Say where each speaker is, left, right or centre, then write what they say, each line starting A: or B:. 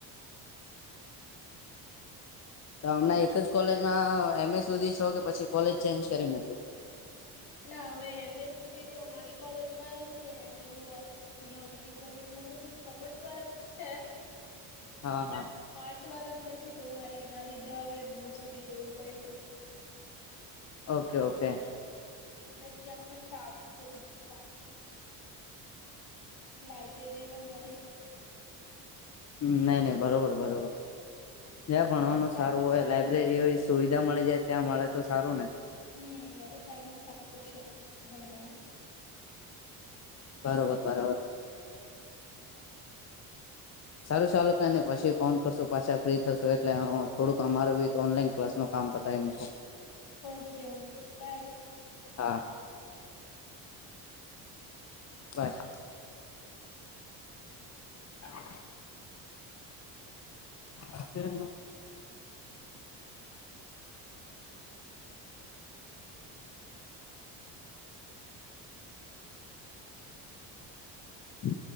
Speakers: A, on the left; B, on the left.
A: તો હમણાં એક જ કોલેજમાં એમ એ સુધી છો કે પછી કોલેજ ચેન્જ કરી મૂક.
B: ના હવે એમ એ સુધી તો અમારી કોલેજમાં આવું કે એમ એ નું. અહિયાં અમારી કોલેજમાં નથી કોમર્સ વાળાનું છે એમ કોમ.
A: હા હા.
B: પાર્સ વાળા નથી તો મારે એના લીધે હવે દૂર સુધી જવું પડ્યું.
A: Okay okay.
B: બટ ત્યાં પણ સારું છે બહુ સારું છે લાઇબ. એવું મળી રહે. છે
A: હમ નઈ નઈ બરોબર બરોબર જ્યાં ભણવાનું
B: વલસાડમાં
A: સારું હોય લાઈબ્રેરી
B: છે
A: હોય. સુવિધા મળી જાય ત્યાં મળે તો સારું ને.
B: હમ વલસાડમાં સારું છે ભણવાનું.
A: બરાબર બરાબર. સારું ચાલો કઇ ને પછી ફોન કરશું પાછા ફ્રી થશું એટલે થોડુંક અમારો બી ઓનલાઈન ક્લાસ નો. કામ પતાવી મુકુ.
B: Okay okay bye.
A: હા બસ. એ <unintelligible> હ તેમાં હમ.